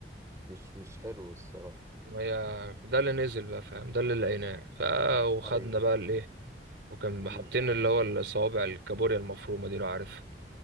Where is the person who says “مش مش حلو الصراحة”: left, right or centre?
Right